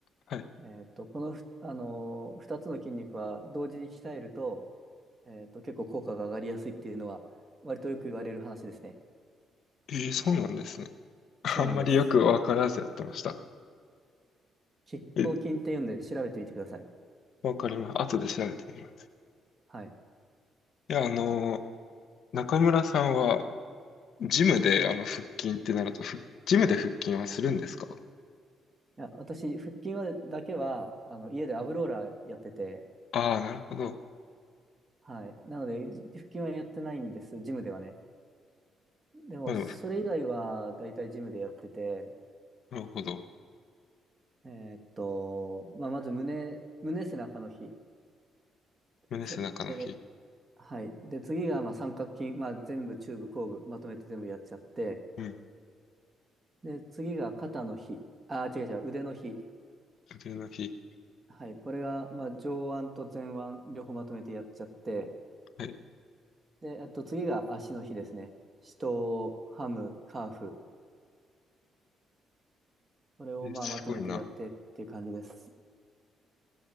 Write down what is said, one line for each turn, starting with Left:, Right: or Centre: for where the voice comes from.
Left: はい。
Right: えーっと、このふ、あのー2つの筋肉は同時に鍛えると、えーっと、結構効果が上がりやすいっていうのは、割とよく言われる話ですね。
Left: えー、そうなんですね。<laughs>
Right: そうなんです。
Left: あんまりよくわからずやってました。
Right: 拮抗筋っていうんで調べてみてください。
Left: え、わかります。後で調べてみます。
Right: はい。い
Left: いや、あのー中村さんは、ジムであの腹筋ってなると、ふジムで腹筋はするんですか
Right: や、私、腹筋はだけは、あの、家でアブローラーやってて、
Left: ああー、なるほど。
Right: はい。なので、じ腹筋はやってないんです、ジムではね。でも、
Left: まあでも、
Right: それ以外は、だいたいジムでやってて、
Left: なるほど。
Right: えーっと、まあ、まず胸、胸背中の日。
Left: 胸背中の日。
Right: さで、はい。で、次がまあ三角筋、まあ、全部中部、後部、まとめて全部やっちゃって、
Left: うん。
Right: で、次が肩の日、あ、違う違う、腕の日。
Left: 腕の日。
Right: はい。これがまあ上腕と前腕、両方まとめてやっちゃって、
Left: はい。
Right: で、あと次が足の日ですね。四頭、ハム、カーフ。これをまあまとめてやってっていう感じです。
Left: えすごいな。